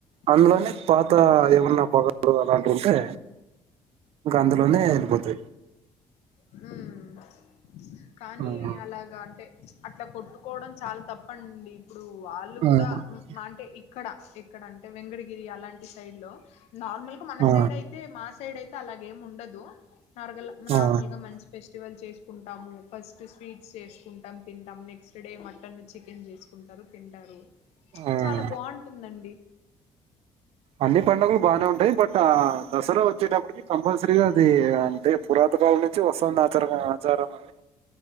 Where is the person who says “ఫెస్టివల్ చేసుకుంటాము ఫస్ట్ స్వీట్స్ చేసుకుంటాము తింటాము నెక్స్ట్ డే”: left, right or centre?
Left